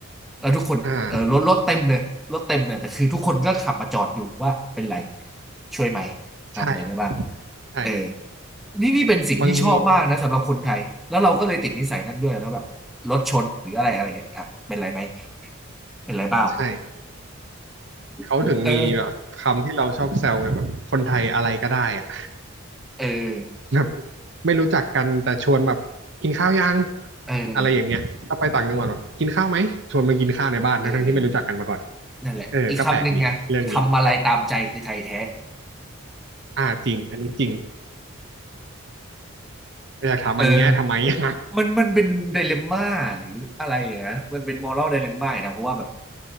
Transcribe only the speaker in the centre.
แล้วทุกคนเออรถรถเต็มเลยรถเต็มเลยแต่คือทุกคนก็ขับมาจอดอยู่ว่าเป็นไร
ช่วยไหมทำอะไรได้บ้าง
เออนี่นี่เป็นสิ่งที่ชอบมากนะสำหรับคนไทย
แล้วเราก็เลยติดนิสัยนั้นด้วยแล้วแบบรถชนหรืออะไรอะไรเงี้ยครับเป็นไรไหมเป็นไรเปล่า
<laughs> เออเออ
เออ
เออนั่นแหละอีกคำหนึ่งไงทำอะไรตามใจคือไทยแท้
เออ
มันมันเป็นไดเลมม่าหรืออะไรอย่างนะมันเป็นมอรัลไดเลมม่านะเพราะว่าแบบ